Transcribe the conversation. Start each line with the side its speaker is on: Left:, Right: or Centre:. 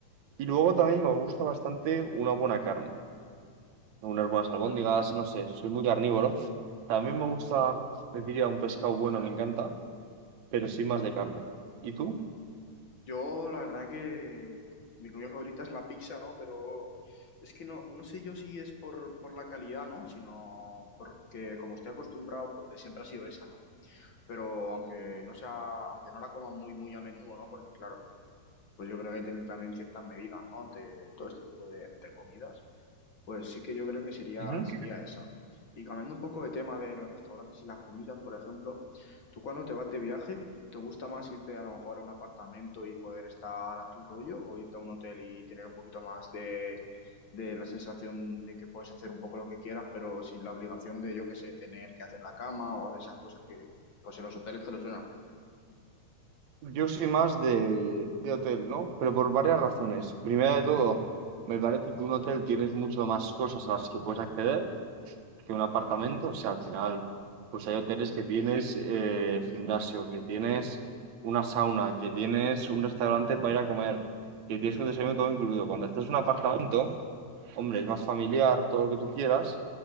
Right: Y luego también me gusta bastante una buena carne, unas buenas albóndigas, no sé, soy muy carnívoro. También
Left: ujú.
Right: me gusta, te diría, un pescado bueno, me encanta. pero sí más de carne. ¿Y tú?
Left: Yo la verdad que mi comida favorita es la pizza, ¿no? Pero es que no, no sé yo si es por, por la calidad, ¿no? Sino porque como estoy acostumbrado, pues de siempre ha sido esa, ¿no? Pero aunque no sea, aunque no la coma muy, muy a menudo, ¿no? Porque claro. pues yo creo que hay que tener también ciertas medidas, ¿no? Ante todo este tipo de, de comidas, pues sí que yo creo que sería,
Right: Ujú.
Left: sería esa. Y cambiando un poco de tema de los restaurantes y las comidas, por ejemplo, tú cuando te vas de viaje, ¿te gusta más irte a lo mejor a un apartamento y poder estar a tu rollo o irte a un hotel y tener un poquito más de, de la sensación de que puedes hacer un poco lo que quieras, pero sin la obligación de, yo qué sé, tener que hacer la cama o esas cosas que pues en los hoteles te lo suelen hacer?
Right: Yo soy más de, de hotel, ¿no? Pero por varias razones. Primera de todo, me parece que un hotel tienes mucho más cosas a las que puedes acceder que un apartamento. O sea, al final, pues hay hoteles que tienes eh, gimnasio, que tienes una sauna, que tienes
Left: Sí.
Right: un restaurante para ir a comer, que tienes un desayuno todo incluido. Cuando estás en un apartamento, Hombre, es más familiar, todo lo que tú quieras,